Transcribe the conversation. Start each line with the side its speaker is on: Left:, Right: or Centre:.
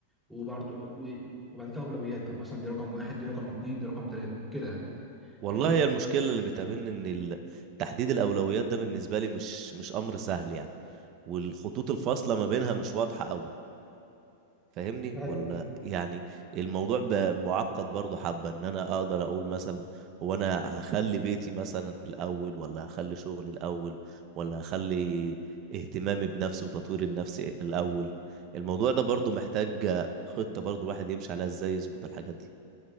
Centre: وبرضه و- وبعد كده اولويات بقى مثلا دي رقم واحد دي رقم اتنين دي رقم تلاته كده يعني
Right: والله
Centre: فاهم
Right: هي المشكله اللي بتقابلني ان ال- تحديد الاولويات ده بالنسبه لي مش مش امر سهل يعني والخطوط الفاصله ما بينها مش واضحه قوي فاهمني
Centre: ايوه
Right: ولا يعني الموضوع بقى معقد برضه حبة ان انا اقدر اقول مثلا هو انا هخلي بيتي مثلا الاول ولا هخلي شغلي الاول ولا هخلي اهتمامي بنفسي وتطوير النفس الاول الموضوع ده برضه محتاج خطة برضه الواحد يمشي عليها ازاي يظبط الحاجات دي